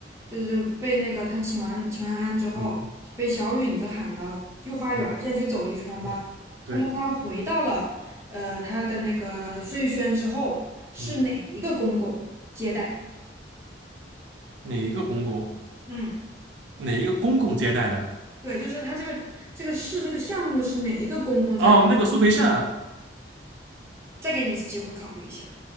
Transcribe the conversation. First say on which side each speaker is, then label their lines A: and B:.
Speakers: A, on the right (about 15°); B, on the right (about 80°).
A: 就是被那个她请完请完安之后，
B: 嗯
A: 被小允子喊到御花园儿先去走了一圈儿吗？
B: 嗯嗯，对，
A: 那么她回到了呃她的那个碎轩之后，是哪一个公公接待？
B: 嗯，哪一个公公？
A: 嗯，
B: 哪一个公公接待的？
A: 对，就是她这个这个事这个项目是哪一个公公在？
B: 哦，那个苏培盛啊。
A: 再给你一次机会考虑一下，